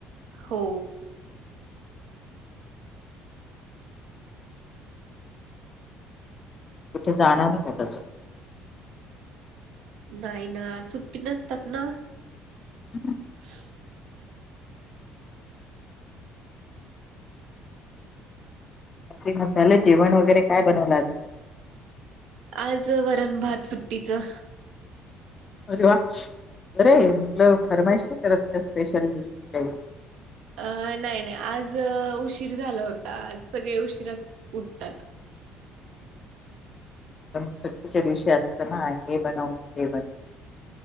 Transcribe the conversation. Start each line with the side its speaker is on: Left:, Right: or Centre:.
Right: हो.
Left: <unintelligible>
Right: नाही ना. सुट्टी नसतात ना?
Left: <unintelligible>
Right: <unintelligible>
Left: ते मसालं जेवण वगैरे काय बनवल आज?
Right: आज वरण, भात सुट्टीचं.
Left: अरे वा! बर ये, <unintelligible> फरमाईश नाई करत. स्पेशल डिश का
Right: अ नाही नाही. आज उशीर झाल होता. आज सगळे उशीराच उठतात.
Left: सुट्टीच्या दिवशी असत ना, हे बनव ते बनव.